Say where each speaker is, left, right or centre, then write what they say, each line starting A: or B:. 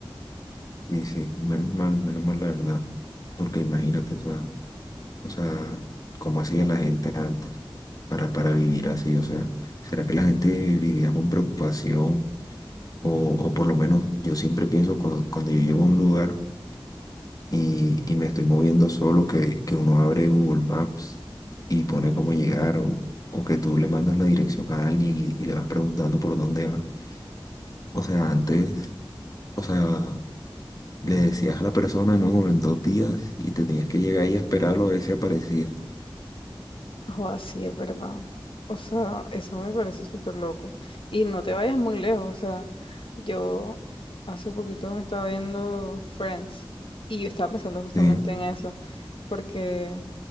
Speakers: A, on the left (about 40°); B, on the left (about 70°).
A: Y sí, menos mal, menos mal la verdad, porque imagínate, o sea, o sea, cómo hacía la gente antes para, para vivir así, o sea, ¿será que la gente vivía con preocupación? O, o por lo menos yo siempre pienso cu- cuando, yo llego a un lugar y, y me estoy moviendo solo, que, que uno abre Google Maps y pone cómo llegar o, o que tú le mandas la dirección a alguien y, y le vas preguntando por dónde va. O sea, antes, o sea, le decías a la persona, no, en dos días y te tenías que llegar y esperarlo a ver si aparecía.
B: O así es verdad. O sea, eso me parece súper loco. Y no te vayas muy lejos. O sea, yo hace poquito me estaba viendo Friends y yo estaba pensando justamente
A: Sí,
B: en eso, porque,